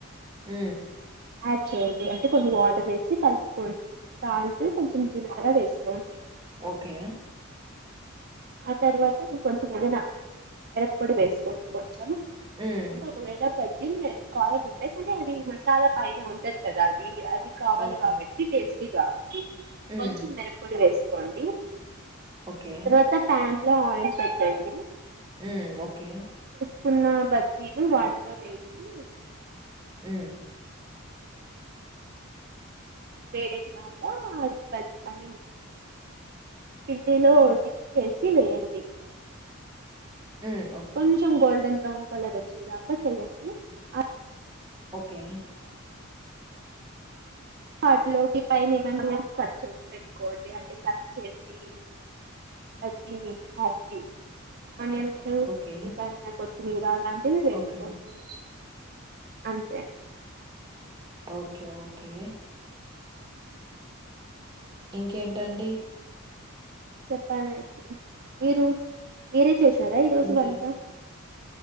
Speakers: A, on the right; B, on the right.
A: మ్
B: యాడ్ చేయండి అంటే కొన్ని వాటర్ వేసి కలుపుకోండి తాల్ట్ కొంచెం జీలకర్ర వేసుకోండి.
A: ఓకే
B: ఆ తర్వాత నను కొంచెం ఏదైనా విర పొడి వేసుకోండి కొంచెం.
A: హ్మ్.
B: అంటే ఒకవేళ త్చ్చి మ కరలు ఉంటాయి కానీ అది మసాలా పైన ఉంటది కదా అది అది కావాలి
A: ఓకే.
B: కాబట్టి టేస్టీ గా
A: హ్మ్.
B: కొంచెం మిరప్పోడి వేసు కోండి
A: ఓకే.
B: తర్వాత ప్యాన్ లో ఆయిల్ పెట్టండి.
A: హ్మ్ ఓకే
B: కున్న బజ్జీలు వాటితోని ఏంపీ
A: హ్మ్
B: వేడిక్కి నాక అన్నీ బజ్ అన్నీ పిండిలో డిప్ చేసి వేయండి.
A: హ్మ్. ఓకే.
B: కొంచెం గోల్డెన్ బ్రౌన్ కలర్ వచ్చేదాకా చేయ్యండి. అప్
A: ఓకే
B: వాటిలోకి పైన ఏమన్నా కట్ చేసి పెట్టుకోండి అంటే కట్ చేసి వచ్చింది హాఫ్ కీ ఆనియన్స్లు
A: ఓకే.
B: ఇంకామెనా కొత్తిమీర అలాంటివి వేసుకోండి.
A: ఓకే.
B: అంతే
A: ఓకే ఓకే ఇంకేంటండీ
B: చెప్పాలండి మీరు మీరే చేసారా ఈ రోజు
A: ఇంకే
B: వంట